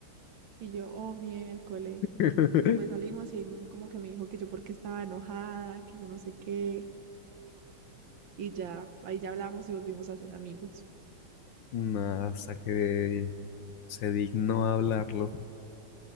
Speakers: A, on the right; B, on the left.
A: Y yo, oh, miércoles.
B: <laughs>
A: Y pues salimos y ahí como que me dijo que yo porque estaba enojada, que yo no sé qué. Y ya, ahí ya hablamos y volvimos a ser amigos.
B: Nada, hasta que se dignó a hablarlo.